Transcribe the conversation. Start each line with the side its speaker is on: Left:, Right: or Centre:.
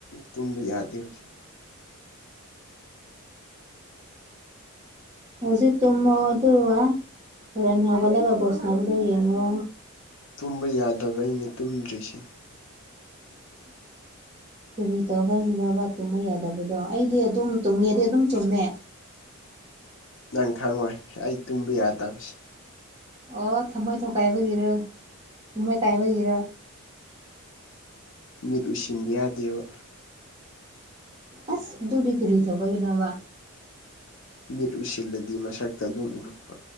Left: ꯇꯨꯝꯕ ꯌꯥꯗꯦ ꯍꯧꯖꯤꯛ
Right: ꯍꯧꯖꯤꯛ ꯇꯨꯝꯃꯣ ꯑꯗꯨꯒ ꯍꯣꯔꯦꯟ ꯍꯧꯒꯠꯂꯒ ꯕꯣꯜ ꯁꯅꯕꯗꯨ ꯌꯦꯡꯉꯣ
Left: ꯇꯨꯝꯕ ꯌꯥꯗꯕꯩꯅꯦ ꯇꯨꯝꯗ꯭ꯔꯤꯁꯦ
Right: <unintelligible> ꯀꯔꯤ ꯇꯧꯕꯒꯤꯅꯣꯕ ꯇꯨꯝꯕ ꯌꯥꯗꯕꯗꯣ ꯑꯩꯗꯤ ꯑꯗꯨꯝ ꯇꯨꯝꯒꯦꯗꯤ ꯑꯗꯨꯝ ꯇꯨꯝꯃꯦ
Left: ꯅꯪ ꯈꯪꯉꯣꯏ ꯑꯩ ꯇꯨꯝꯕ ꯌꯥꯗꯕꯁꯦ
Right: ꯑꯣ ꯊꯃꯣꯏ ꯊꯨꯒꯥꯏꯕꯒꯤꯔꯣ ꯊꯃꯣꯏ ꯀꯥꯏꯕꯒꯤꯔꯣ
Left: ꯃꯤꯠ ꯎꯏꯁꯤꯟꯕ ꯌꯥꯗꯦꯕ
Right: ꯑꯁ ꯑꯗꯨꯗꯤ ꯀꯔꯤ ꯇꯧꯕꯩꯔꯕ
Left: ꯃꯤꯠ ꯎꯏꯁꯤꯜꯂꯗꯤ ꯃꯁꯛꯇꯣ ꯑꯗꯨꯝ ꯎꯔꯛꯄ